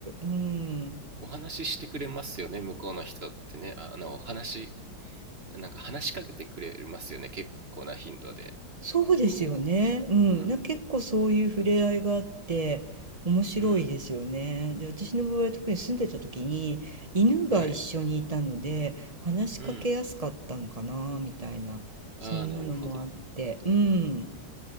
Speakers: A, on the right; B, on the right.
A: ん。
B: お話ししてくれますよね、向こうの人ってね。あ、あの、お話、なんか話しかけてくれますよね、結構な頻度で。
A: そうですよね。
B: こ
A: うん。
B: う。うん、
A: な、結構そういう触れ合いがあって、面白いですよね。
B: うん。
A: で、私の場合、特に住んでた時に、犬が一緒にいたので、
B: はい。
A: 話しかけやすかったのかな、
B: うん。
A: みたいな。そんなのもあって。
B: ああ、なるほど。
A: うん。